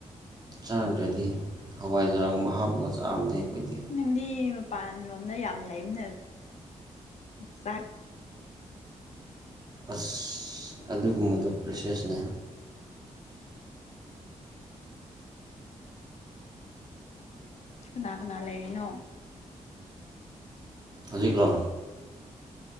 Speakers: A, on the right; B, on the left.
A: ꯆꯥꯗ꯭ꯔꯗꯤ ꯍꯋꯥꯏꯖꯥꯔꯒꯨꯝꯕ ꯍꯥꯞꯄꯒ ꯆꯥꯕꯅꯦ ꯑꯩꯈꯣꯏꯗꯤ
B: ꯅꯪꯗꯤ ꯃꯄꯥꯟꯂꯣꯝꯗ ꯌꯥꯝ ꯂꯩꯕꯅꯦ ꯆꯥꯛ
A: ꯑꯁ ꯑꯗꯨꯒꯨꯝꯕꯗꯣ ꯄ꯭ꯔꯦꯁꯦꯁꯅꯦ
B: ꯀꯅꯥ ꯀꯅꯥ ꯂꯩꯔꯤꯅꯣ
A: ꯍꯧꯖꯤꯛꯂꯣ